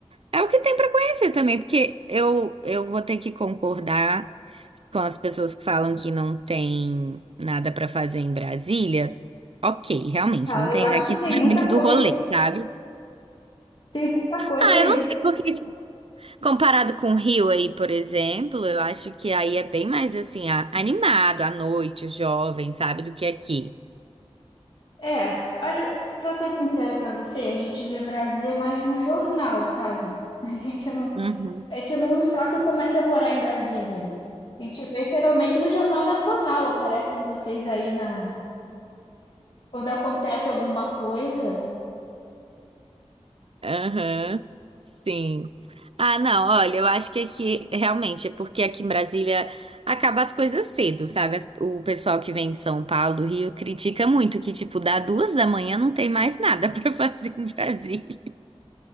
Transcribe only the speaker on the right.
É o que tem pra conhecer também, porque eu, eu vou ter que concordar com as pessoas que falam que não tem nada pra fazer em Brasília. Ok, realmente,
não
tem,
aqui
não
é muito
do rolê,
sabe?
Ah,
eu não sei, porque tipo, comparado com o Rio aí, por exemplo, eu acho que aí é bem mais assim, a- animado à noite, o jovem, sabe, do que aqui.
Uhum.
Aham, sim. Ah, não, olha, eu acho que aqui, realmente, é porque aqui em Brasília acaba as coisas cedo, sabe? As- O pessoal que vem de São Paulo, Rio, critica muito que, tipo, dá duas da manhã não tem mais nada <laughs> pra fazer em Brasília.